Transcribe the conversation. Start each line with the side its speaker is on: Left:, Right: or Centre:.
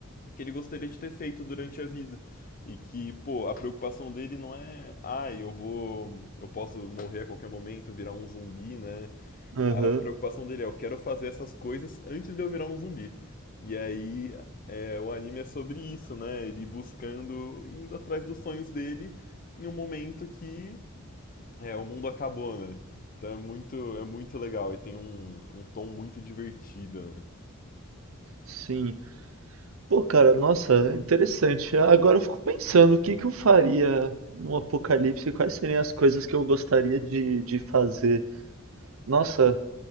Left: que ele gostaria de ter feito durante a vida. E que, pô, a preocupação dele não é, ai, ah, eu vou, eu posso morrer a qualquer momento, virar um zumbi, né?
Right: Aham,
Left: A preocupação dele é, eu quero fazer essas coisas antes de eu virar um zumbi. E aí, é, o anime é sobre isso, né? Ele buscando, indo atrás dos sonhos dele em um momento que é, o mundo acabou, né? Então é muito, é muito legal e tem um, um tom muito divertido, né?
Right: Sim. Pô, cara, nossa, interessante. Agora eu fico pensando o que que eu faria num apocalipse, quais seriam as coisas que eu gostaria de, de fazer. Nossa,